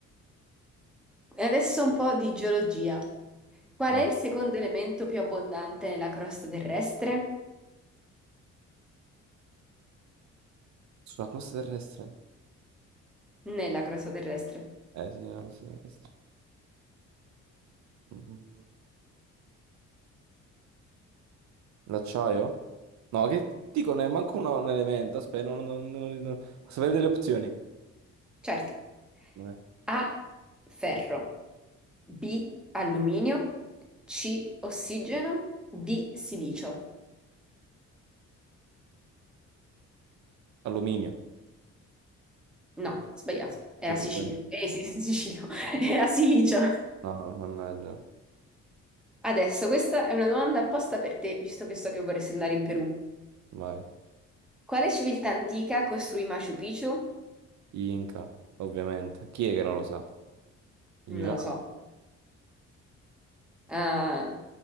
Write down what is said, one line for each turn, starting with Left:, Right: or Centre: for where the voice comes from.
Centre: E adesso un po' di geologia. Qual
Right: Vai.
Centre: è il secondo elemento più abbondante nella crosta terrestre?
Right: Sulla crosta terrestre.
Centre: Nella crosta terrestre,
Right: Eh sì, era posta terrestre. Mm. L'acciaio? No, che dico, ne manco uno- un elemento. Aspetta, non, non, non- non- posso avere delle opzioni?
Centre: certo.
Right: Vai.
Centre: A. Ferro. B. Alluminio. C. Ossigeno. D. Silicio.
Right: Alluminio.
Centre: No, sbagliato. Era
Right: Che cos'è?
Centre: Sicilio.
Right: No,
Centre: Eh sì, <laughs> sì, Sicilio. Era Silicio.
Right: no, mannaggia.
Centre: Adesso, questa è una domanda apposta per te, visto che so che vorresti andare in Perù.
Right: Vai.
Centre: Quale civiltà antica costruì Machu Picchu?
Right: Gli Inca, ovviamente. Chi è che non lo sa? Ignorante.
Centre: Non lo so. Ah,